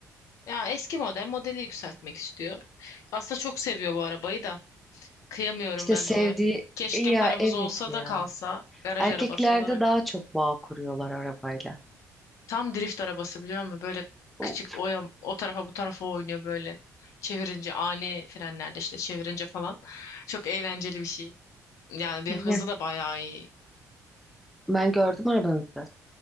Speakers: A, on the left; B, in the centre.
A: ya eski model modeli yükseltmek istiyor. Aslında çok seviyor bu arabayı da. Kıyamıyorum
B: işte
A: ben
B: sevdiği
A: de ona. Keşke
B: ya
A: paramız
B: evet
A: olsa
B: ya.
A: da kalsa garaj
B: Erkeklerde
A: arabası olarak.
B: daha çok bağ kuruyorlar arabayla.
A: Tam drift arabası biliyor musun? Böyle
B: O-
A: küçük o, yan- o tarafa bu tarafa oynuyor böyle. Çevirince ani frenlerde işte çevirince falan. Çok eğlenceli bir şey. Yani bir
B: Ya,
A: hızı da bayağı iyi.
B: ben gördüm arabanızı.